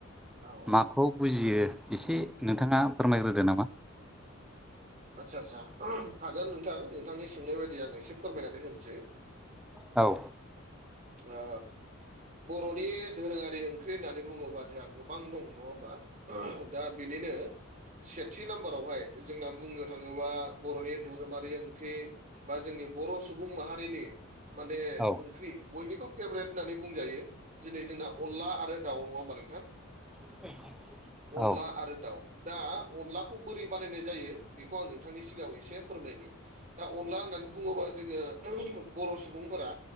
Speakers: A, on the right; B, in the centre.
A: औ औ
B: मा खौ बुजियो एसे नोंथाङा फोरमायग्रोदो नामा।
A: आदसा आदसा हागोन नोंथां नोंथांनि सोंनाय बायदि आं एसे फोरमायनानै होनोसै।
B: औ
A: ओ बर'नि दोरोङारि ओंख्रि होननानै बुङोबा जोंहा गोबां दं नङा होमबा? दा बेनिनो सेथि नाम्बारावहाय जोंना बुंनो थाङोबा बर'नि धोरोमारि ओंख्रि बा जोंनि बर' सुबुं माहारिनि माने
B: औ
A: ओंख्रि बेनिखौ फेभरेट होननानै बुंजायो दिनै जोंना अनला आरो दाउ नङा होमबा नोंथां?
B: <inaudible>
A: अनला
B: औ
A: आरो दाउ दा अनला खौ बोरै बानायनाय जायो बेखौ आं नोंथांनि सिगाङाव एसे फोरमायनि दा अनला होननानै बुङोबा जोङो बर' सुबुंफोरा